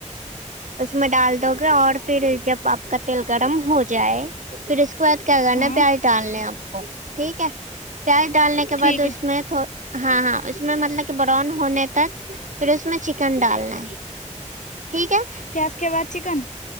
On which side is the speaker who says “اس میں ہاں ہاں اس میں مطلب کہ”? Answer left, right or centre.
Right